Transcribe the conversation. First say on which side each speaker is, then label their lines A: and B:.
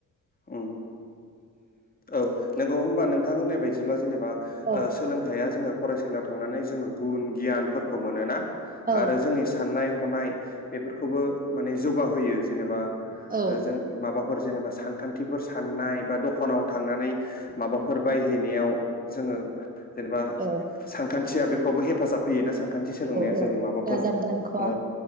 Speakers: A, on the left; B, on the right.
A: उम औ नंगौ होमबा नोंथां <unintelligible> जेनेबा
B: औ
A: सोलोंथाया जोङो फरायसालियाव थांनानै जोङो गुन गियानफोरखौ मोनोना।
B: औ
A: आरो जोंनि साननाय हननाय। बेफोरखौबो माने जौगाहोयो जेनेबा
B: औ
A: जों माबा फोर जेनेबा सानखान्थिफोर साननाय बा दखानाव थांनानै माबाफ फोर बायहैनायाव जोङो जेनेबा
B: औ
A: सानखान्थिया बेफ फ्रावबो हेफाजाब होयोना सा सानखान्थि सोलोंनाया
B: औ
A: जेरै माबाफोर
B: दाजाब
A: ओ
B: दानख'आ